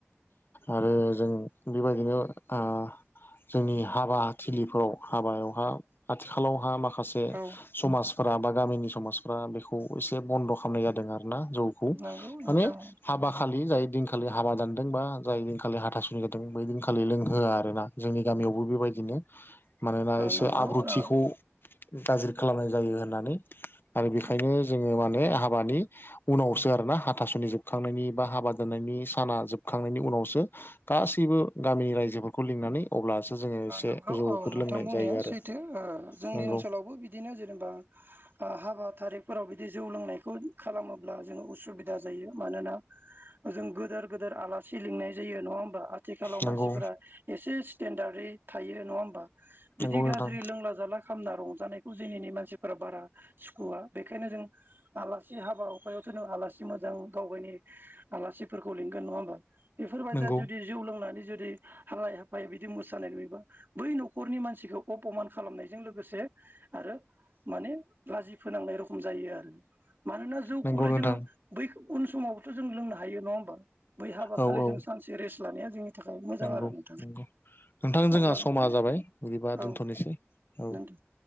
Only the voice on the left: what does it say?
आरो जों बेबायदिनो ओ जोंनि हाबा थिलिफोराव हाबायावहा आथिखालावहा माखासे बे
समाजफोरा बा गामिनि समाजफ्रा बेखौ एसे बन्द' खालामनाय जादों आरोना जौ खौ
माने
हाबा खालि जाय दिनखालि हाबा दानदों बा जाय दिनखालि हाथासुनि जादों बै दिनखालि लोंहोआ आरो ना। जोंनि गामियावबो बेबायदिनो मानोना एसे
आब्रुथिखौ
गाज्रि खालामनाय जायो होननानै आरो बेखायनो
जोङो माने हाबानि उनाव सो आरोना हाथासुनि जोबखांनायनि बा हाबा दोननायनि साना जोबखांनायनि उनावसो गासैबो गामिनि रायजोफोरखौ लिंनानै अब्लासो जोङो एसे
जौफोर
लोंनाय
जायो आरो
नंगौ
नंगौ
नंगौ नोंथां
नंगौ
नंगौ नोंथां
औ
औ
नंगौ
नंगौ नोंथां जोंहा
समा
जाबाय बिदिबा
दोनथ'नोसै औ।